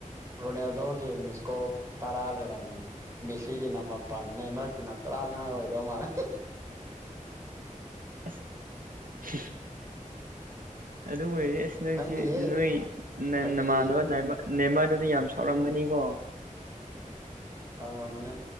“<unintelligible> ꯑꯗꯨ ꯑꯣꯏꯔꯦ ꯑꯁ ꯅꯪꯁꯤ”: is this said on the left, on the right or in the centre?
Right